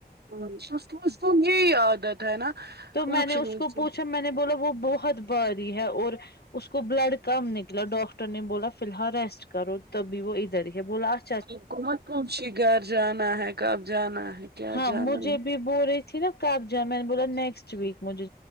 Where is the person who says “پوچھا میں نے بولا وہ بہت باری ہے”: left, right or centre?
Left